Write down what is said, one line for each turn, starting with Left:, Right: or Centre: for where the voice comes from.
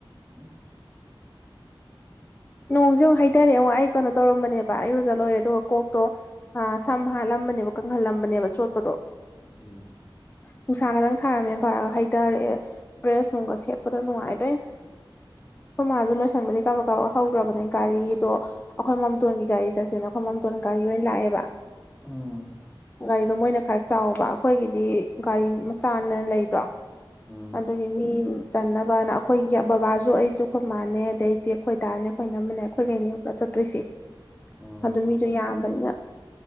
Centre: ꯎꯝ
Left: ꯅꯣꯡꯁꯦꯨꯛ ꯍꯩꯔꯦ ꯑꯣꯉ ꯑꯩ ꯀꯩꯅꯣ ꯇꯧꯔꯝꯕꯅꯦꯕ ꯑꯩ ꯑꯣꯖꯥ ꯂꯣꯏꯔꯦ ꯑꯗꯨꯒ ꯀꯣꯛꯇꯣ ꯁꯝ ꯍꯥꯠꯂꯝꯕꯅꯦꯕ ꯀꯪꯍꯜꯂꯝꯕꯅꯦꯕ ꯆꯣꯠꯄꯗꯣ
Centre: ꯎꯝ
Left: ꯅꯨꯡꯁꯥ ꯈꯛꯇꯪ ꯁꯥꯔꯝꯃꯦꯅ ꯐꯔꯒ ꯍꯩꯊꯔꯦ ꯕ꯭ꯔꯦꯁ ꯅꯨꯡꯒ ꯁꯦꯠꯄꯗꯣ ꯅꯨꯡꯉꯥꯏꯗꯣꯏꯅꯦ ꯑꯩꯈꯣꯏ ꯃꯥꯁꯨ ꯂꯣꯏꯁꯟꯕꯗꯤ ꯀꯥꯕ ꯀꯛꯋꯣ ꯍꯧꯈ꯭ꯔꯕꯅꯦ ꯒꯥꯔꯤꯗꯣ ꯑꯩꯈꯣꯏ ꯃꯥꯝꯇꯣꯟꯒꯤ ꯒꯥꯔꯤ ꯆꯠꯁꯦꯅ ꯑꯩꯈꯣꯏ ꯃꯥꯝꯇꯣꯟ ꯒꯥꯔꯤ ꯂ ꯑꯣꯏꯅ ꯂꯥꯛꯑꯦꯕ
Centre: ꯑꯥ
Left: ꯒꯥꯔꯤꯗꯣ ꯃꯣꯏꯅ ꯈꯔ ꯆꯥꯎꯕ ꯑꯩꯈꯣꯏꯒꯤꯗꯤ ꯒꯥꯔꯤ ꯃꯆꯥꯅ ꯂꯩꯗ꯭ꯔꯣ
Centre: ꯎꯝ
Left: ꯑꯗꯨꯒꯤ ꯃꯤ ꯆꯟꯅꯅꯕꯅ ꯑꯩꯈꯣꯏ ꯕꯕꯥꯁꯨ ꯑꯩꯁꯨ ꯑꯩꯈꯣꯏ ꯃꯥꯟꯅꯩ ꯑꯗꯩꯗꯤ ꯑꯩꯈꯣꯏ ꯇꯥꯔꯅꯦ ꯑꯩꯈꯣꯏꯅ ꯑꯃꯅꯦ ꯑꯩꯈꯣꯏꯈꯩꯅꯦ ꯄꯨꯂꯞ ꯆꯠꯇꯣꯏꯁꯤ
Centre: ꯎꯝ
Left: ꯑꯗꯨ ꯃꯤꯗꯣ ꯌꯥꯝꯕꯅꯤꯅ